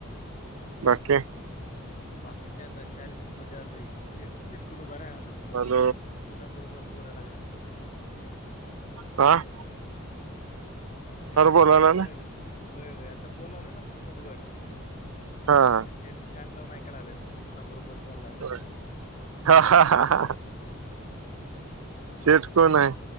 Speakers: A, on the right; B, on the left.
A: बाकी.
B: बाकी काय आता स्टाईल फिल्म मध्ये आलोय शिड चिटकून उभराय लागलंत.
A: आल.
B: कुणाबरोबर बोलाय लागलाय म्हणून.
A: ह.
B: शेट तीटकून
A: बोलायला
B: भरायलेत.
A: ना
B: होय होय आता बोलावल ना फोनवर
A: हा.
B: शेट कान नाहीकाय लागलेत कुणा बरोबर बोलाय लागलाय
A: हा
B: म्हणून.
A: हा हा हा ह. शेठ कोण आहे?